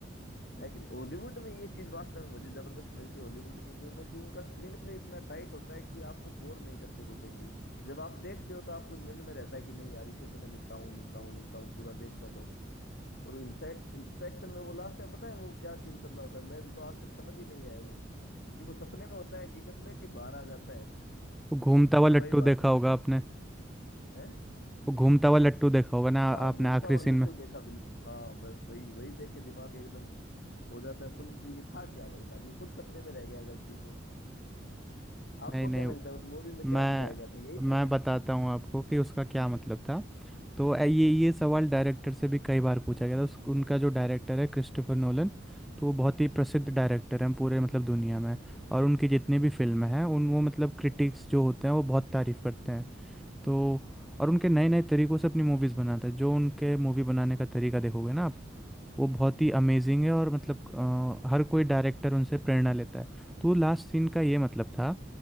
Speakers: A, on the left (about 60°); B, in the centre.
A: है कि नहीं हॉलीवुड में ये चीज वास्तव में मुझे जबरदस्त लगती है हॉलीवुड मूवी में कि उनका स्क्रीन प्ले इतना टाइट होता है कि आपको बोर नहीं करते वो कहीं भी जब आप देखते हो तो आपको मन में रहता है कि नहीं यार इसे तो मैं निपटाऊं निपटाऊं निपटाऊं पूरा देखता जाऊं और इंस्पेक्शन में वो लास्ट में पता है वो क्या सीन चल रहा होता है मेरे तो आज तक समझ ही नहीं आया वो कि वो सपने में होता है हकीकत में कि बाहर आ जाता है
B: वो घूमता
A: उसकी
B: हुआ
A: लुगाई
B: लट्टू
A: बाहर
B: देखा
A: चली
B: होगा आपने
A: है
B: वो घूमता हुआ लट्टू देखा होगा ना
A: हाँ
B: आपने
A: घूमता
B: आखिरी
A: हुआ
B: सीन
A: लट्टू
B: में
A: देखा बिल्कुल हाँ बस वही वही देख के दिमाग एकदम हो जाता है सुन कि ये था क्या भाई साहब ये खुद सपने में रह गया गलती से आपको
B: नहीं नहीं
A: क्या लगता है उस मूवी में क्या
B: मैं
A: दिखाया गया था यही था
B: मैं
A: क्या
B: बताता हूँ आपको कि उसका क्या मतलब था तो ए- ये
A: हम्म,
B: ये सवाल डायरेक्टर से भी कई बार पूछा गया था उस, उनका जो डायरेक्टर है क्रिस्टोफर नोलन तो वो बहुत ही प्रसिद्ध डायरेक्टर हैं पूरे मतलब दुनिया में और उनकी जितनी भी फिल्में हैं उन वो मतलब क्रिटिक्स जो होते हैं वो बहुत तारीफ़ करते हैं तो और उनके नए नए तरीक़ों से अपनी मूवीज़ बनाते हैं जो उनके मूवी बनाने का तरीका देखोगे ना आप वो बहुत ही अमेजिंग है और मतलब अ, हर कोई डायरेक्टर उनसे प्रेरणा लेता है तो लास्ट सीन का ये मतलब था